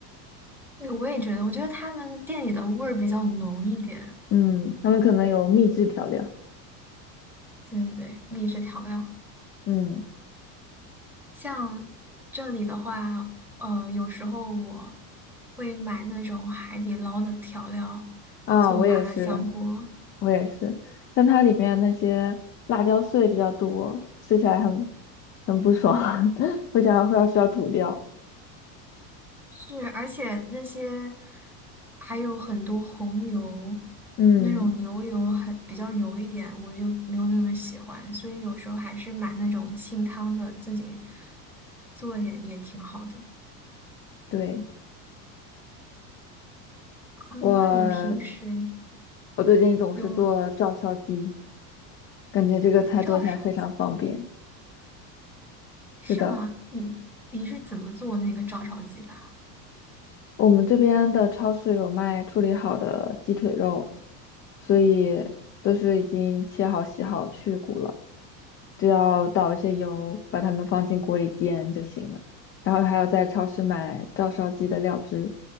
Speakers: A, in the centre; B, on the left (about 25°).
A: 对，我也觉得，我觉得他们店里的味儿比较浓一点。
B: 嗯，他们可能有秘制调料。
A: 对对对，秘制调料。
B: 嗯
A: 像这里的话，呃，有时候我会买那种海底捞的调料
B: 啊，
A: 做麻辣香锅。
B: 我也是，我也是，但它里面那些辣椒碎比较多，吃起来很很不爽，<laughs> 会想要会要需要吐掉。
A: 是，而且那些还有很多红油，
B: 嗯，
A: 那种牛油很比较油一点，我就没有那么喜欢，所以有时候还是买那种清汤的，自己做一点也挺好的。
B: 对，
A: 嗯，
B: 我，
A: 那你平时
B: 我最近总是做照烧鸡，
A: 有
B: 感觉这个菜做起来非常方便。
A: 照烧鸡是吗？
B: 是的，
A: 你你是怎么做那个照烧鸡的啊
B: 我们这边的超市有卖处理好的鸡腿肉，所以都是已经切好、洗好、去骨了，只要倒一些油，把它们放进锅里煎就行了。然后还要在超市买照烧鸡的料汁，